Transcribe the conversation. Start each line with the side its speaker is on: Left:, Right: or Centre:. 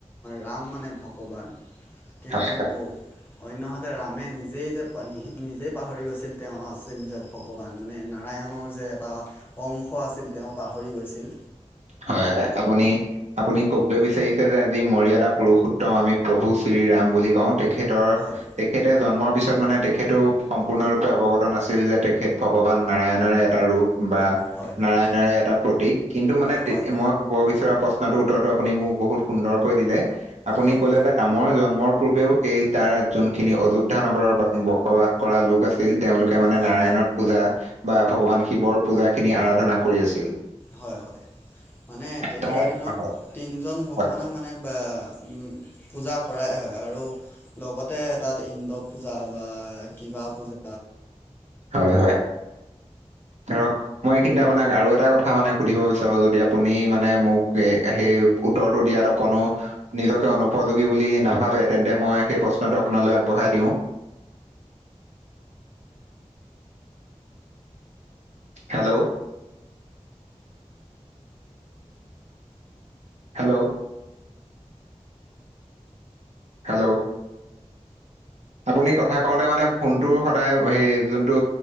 Left: ৰাম মানে ভগৱান, কিন্তু
Right: হয় হয় হয়
Left: অন্যহাতে ৰাম- ৰামে নিজেই যে নি নিজেই পাহৰি গৈছিল তেওঁ আছিল যে ভগৱান মানে নাৰায়ণৰ যে এটা- অংশ আছিল তেওঁ পাহৰি গৈছিল।
Right: হয় হয় আপুনি- আপুনি কব বিচাৰিছে যে আজি মৰিয়াদা পুৰুষোত্তম আমি প্ৰভু শ্ৰীৰাম বুলি কওঁ। খেতৰ-
Left: হয়
Right: তেখেতে জন্মৰ পিছত মানে তেখেতও সম্পূৰ্ণৰূপে অৱগত নাছিল যে তেখেত ভগৱান নাৰায়ণৰে এটা ৰূপ। বা
Left: হয় হয়
Right: নাৰায়ণাৰে এটা প্ৰতীক কিন্তু মানে তেতে
Left: হয়
Right: মই ক'ব বিচৰা প্ৰশ্নটোৰ উত্তৰটো আপুনি মোক বহুত সুন্দৰকৈ দিলে আপুনি
Left: হয়
Right: ক'লে তে নামৰ জন্মৰ পূৰ্বেও সেই তাৰ যোনখিনি অযোধ্যা নগৰৰ বসবাস কৰা লোক আছে ছিল তেওঁলোকে মানে
Left: হয়
Right: নাৰায়ণত পূজা বা ভগৱান শিৱৰ পূজা খিনি আৰাধনা কৰি আছিল।
Left: হয়-হয় মানে তেতিয়াৰ
Right: তাৰ
Left: দিনত
Right: হয়,
Left: তিনিজন ভগৱানক
Right: হয়।
Left: মানে বা উম, পূজা কৰাই হয় আৰু লগতে তাত ইন্দ্ৰ পূজা বা কিবা পূজা
Right: হয় - হয়। ধৰক মই এইখিনিতে আপোনাক আৰু এটা কথা মানে সুধিব বিচাৰো যদি আপুনি মানে মোক এ সেই উত্তৰটো দিয়াত অকণো নিজকে অনুপযোগী বুলি নাভাবে তেন্তে মই সেই প্ৰশ্নটো আপোনালৈ আগবঢ়াই দিওঁ। হেল্ল', হেল্ল', হেল্ল', আপুনি কথা কওঁতে মানে ফোনটো সদায় সেই যোনটো